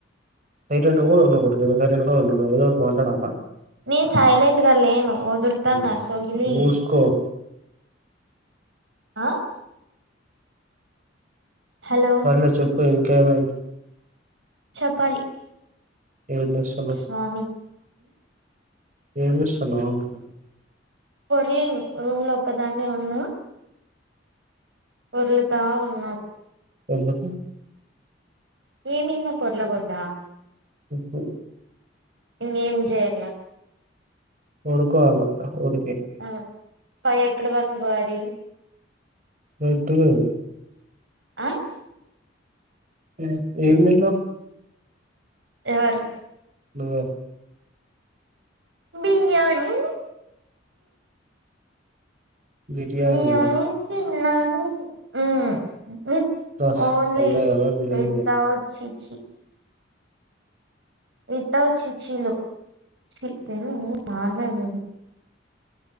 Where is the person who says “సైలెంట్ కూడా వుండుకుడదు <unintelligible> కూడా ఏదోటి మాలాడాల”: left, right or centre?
Right